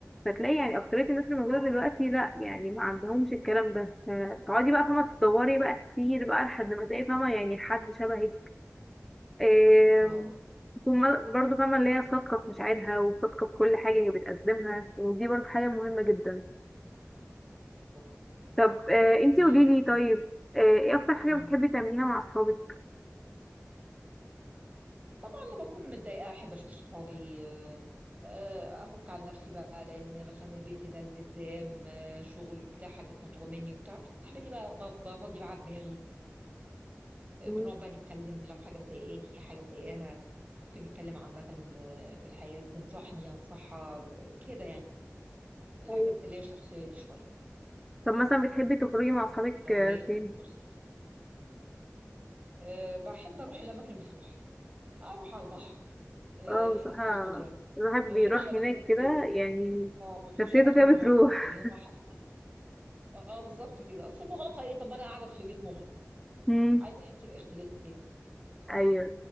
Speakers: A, in the centre; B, on the right.
A: فتلاقي يعني اكترية الناس اللي موجودة دلوقتي لا يعني ما عندهمش الكلام ده فتقعدي بقى فاهمة تدوري بقى كتير بقى لحد ما تلاقي فاهمة يعني حد شبهك آم،
B: اه
A: تكون م- برضه فاهمة اللي هي صادقة في مشاعرها وصادقة في كل حاجة هي بتقدمها يعني دي برضه حاجة مهمة جدا
B: بالظبط
A: طب آه، انتي
B: دي
A: قوليلي
B: حاجة
A: طيب
B: مهمة.
A: آه، ايه اكتر حاجة
B: مم.
A: بتحبي تعمليها مع اصحابك
B: طبعا لما اكون متضايقه احب اشوف صحابي آه، آه، افك عن نفسي بقى لان مثلا البيت هنا التزام آه، شغل بتاع حاجه مطلوبه مني وبتاع صاحبتي بقى ب- بفضي معاها دماغي آه،
A: مم.
B: بنقعد بقى نتكلم لو حاجه مضايقاني حاجه مضايقاها ممكن نتكلم عامه آه، في الحياه تنصحني انصحها آه، كده يعني الحاجات
A: طيب.
B: اللي هي الشخصيه دي شويه
A: طب مثلا بتحبي تخرجي مع اصحابك
B: لو
A: آه،
B: هي
A: فين
B: منظر سطحي أه بحب اروح الاماكن المفتوحه اروح على البحر آه،
A: اه
B: حتت
A: بصراحة
B: فيها خضره
A: الواحد
B: ما
A: بيروح
B: بحبش الاماكن
A: هناك كده
B: ال-
A: يعني
B: اه ما بحبش
A: نفسيته
B: الاماكن
A: كده
B: المغلقه
A: بتروح
B: يعني هم حاطين اه بالظبط كده اصل مغلقه ايه طب انا قاعده في بيت مغلق
A: امم
B: عايزه احس باختلاف
A: ايوه